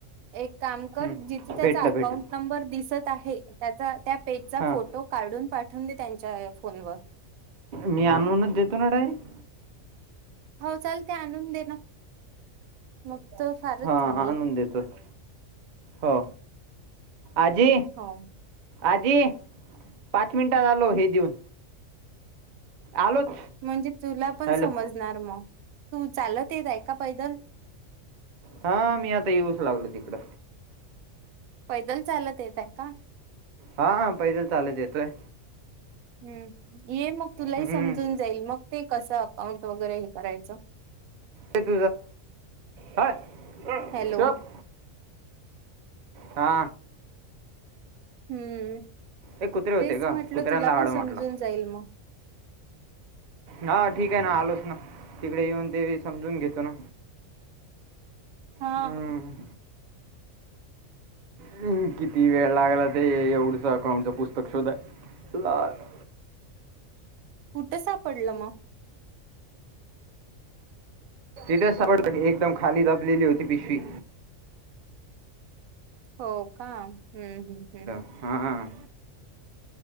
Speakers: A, on the right; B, on the right.
A: एक काम कर
B: हं.
A: जिथे त्याचा
B: भेटलं
A: अकाउंट
B: भेटलं
A: नंबर दिसत आहे त्याचा त्या पेजचा
B: हां
A: फोटो तो काढून पाठवून दे त्यांच्या फोनवर
B: मी आणूनच देतो ना डायरेक्ट
A: हो चाल ते आणून दे ना मग तर फारच
B: हां
A: चांगलं
B: आणून देतो कि हो आजी
A: हो
B: आजी पाच मिनटात आलो हे देऊन आलोच
A: म्हणजे तुला पण
B: हॅलो
A: समजणार मग तू चालत येत आहे का पैदल
B: हा मी आता येऊच लागलो तिकडं
A: पैदल चालत येत का
B: हा पैदल चालत येतोय
A: हम्म ये मग तुलाही
B: हं.
A: समजून जाईल मग ते कसं अकाउंट वगैरे हे करायचं
B: तुझ हाय
A: हॅलो
B: चप हा
A: हम्म
B: एक कुत्रे होते
A: तेच
B: का
A: म्हटलं
B: कुत्र्यांना
A: तुला पण
B: हाडं
A: समजून
B: म्हटलं
A: जाईल मग
B: हा ठीक आहे ना आलोच ना तिकडे येऊन ते समजून घेतो ना.
A: हा.
B: हं. हम्म किती वेळ लागला ते एवढच अकाउंटचं पुस्तक शोधायला.
A: कुटे सापडलं मग?
B: तिथेच सापडलं एकदम खाली दाबलेली होती पिशवी.
A: हो का हम्म हम्म हम्म.
B: हा हा हा.